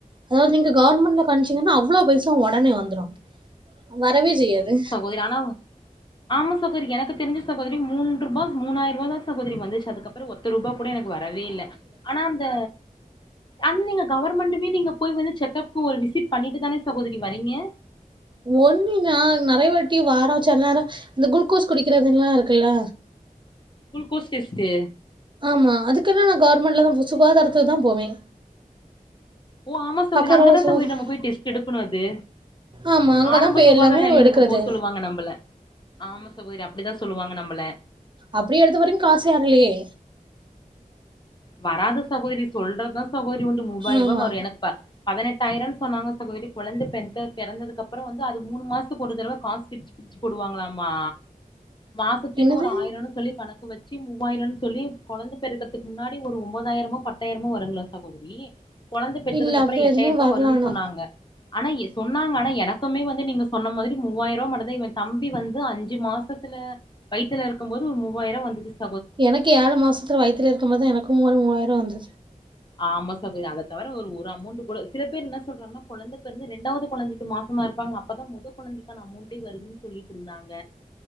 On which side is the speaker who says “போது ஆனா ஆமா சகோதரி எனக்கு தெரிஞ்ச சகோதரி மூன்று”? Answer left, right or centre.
Left